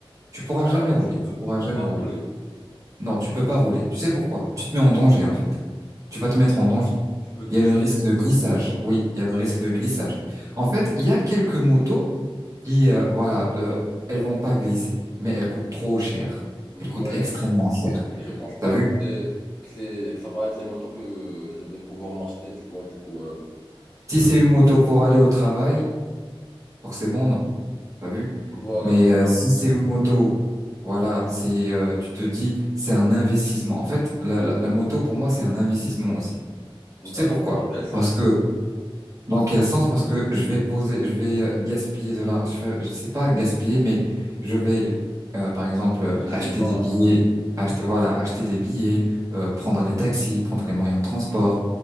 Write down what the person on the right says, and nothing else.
Tu pourras
jamais rouler,
tu pourras
jamais
rouler.
Non, tu peux pas rouler. Tu sais pourquoi? Tu te mets
en danger, en fait. Tu vas
te mettre en danger.
Il y a le risque de
glissage.
Oui, il y a le risque
de glissage. En fait, il y a quelques motos qui, euh, voilà, euh, elles vont pas glisser, mais elles coûtent trop cher.
Elles coûtent extrêmement cher.
T'as vu?
Si
c'est une moto pour aller au travail, forcément, non. T'as vu?
Mais
euh, si c'est une moto, voilà, c'est euh, tu te dis c'est un investissement. En fait, la, la, la moto pour moi c'est un investissement aussi. Tu
sais pourquoi?
Parce que dans quel sens? Parce que je vais poser, je vais euh, gaspiller de l'argent. Je, je sais pas gaspiller, mais je vais euh, par exemple euh,
acheter
des
billets, acheter voilà, acheter des billets, euh, prendre les taxis, prendre les moyens de transport.